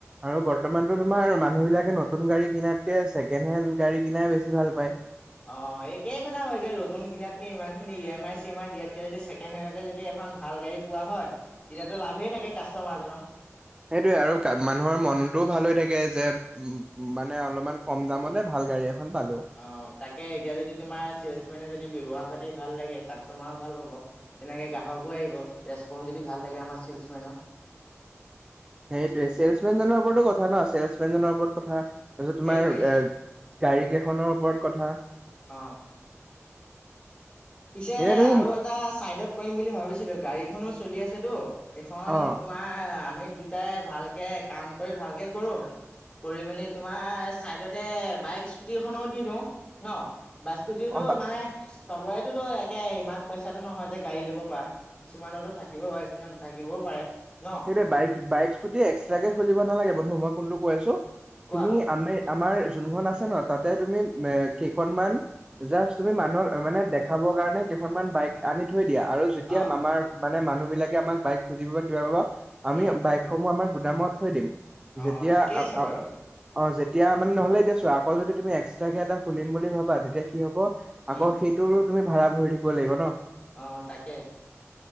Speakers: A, on the right (about 15°); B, on the left (about 20°).
A: আৰু বৰ্তমানতো তোমাৰ মানুহ বিলাকে নতুন গাড়ী কিনাতকে ছেকেণ্ড হেণ্ড গাড়ী কিনাই বেছি ভাল পায়
B: অ একেই কথা হয়গে নতুন কিনাতকে ইমান খিনি E M I C M I দিয়াতকে যদি ছেকেণ্ড হেণ্ডতে যদি এখন ভাল গাড়ী পোৱা হয় তেতিয়াতো লাভে থাকে কাষ্টমাৰজনৰ
A: সেইটোৱে আৰু মানুহৰ মনটোও ভাল হৈ থাকে যে উ মানে অলপমান কম দামতে ভাল গাড়ী এখন পালো
B: অহ তাকে এতিয়া যদি তোমাৰ চেলছমেনে যদি ব্যৱহাৰ পাতি ভাল লাগে কাষ্টমাৰো ভাল পাব তেনেকে গ্ৰাহকো আহিব ৰেছপন যদি ভাল লাগে আমাৰ চেলছমেনৰ
A: সেইটোৱে চেলছমেন জনৰ ওপৰতো কথা ন চেলছমেন জনৰ ওপৰত কথা তাৰপিছত তোমাৰ
B: সেইটোৱে
A: এ গাড়ী কেইখনৰ ওপৰত কথা
B: অ পিছে
A: এনে তুমি
B: আৰু এটা চাইডত কৰিম বুলি ভাবিছিলো গাড়ীখনো চলি আছেতো এইখন
A: অ
B: তোমাৰ আমি দুটাই ভালকে কাম কৰি ভালকে কৰো কৰি মেলি তোমাৰ চাইডতে বাইক স্কুটি এখনো দি দিওঁ ন বাইক স্কুটিওতো
A: অ বা
B: মানে চবৰেতোতো একে ইমান পইচাটো নহয় যে গাড়ী ল'ব পৰা কিছুমানৰতো থাকিব পাৰে কিছুমান নাথাকিবও পাৰে ন
A: সেইটোৱে বাইক বাইক স্কুটি এক্সট্ৰা কে খুলিব নালাগে বন্ধু মই কোনটো কৈ আছো
B: কোৱা
A: তুমি আমি আমাৰ যোনখন আছে ন তাতে তুমি মে কেইখনমান জাষ্ট তুমি মানুহক মানে দেখাবৰ কাৰণে কেইখনমান বাইক আনি থৈ দিয়া আৰু যেতিয়া
B: অ
A: মামাৰ মানে মানুহ বিলাকে আমাক বাইক খুজিব কিবা ক'ব আমি
B: উম
A: বাইক সমূহ আমাৰ গুদামত থৈ দিম
B: অ
A: যেতিয়া
B: ঠিকে
A: আ
B: আছে
A: আ
B: বাৰু
A: অ যেতিয়া মানে নহ'লে এতিয়া চোৱা আকৌ যদি তুমি এক্সট্ৰাকে এটা খুলিম বুলি ভাবা তেতিয়া কি হ' ব আকৌ
B: উম
A: সেইটোৰো তুমি ভাড়া ভৰি থাকিব লাগিব ন
B: অ তাকে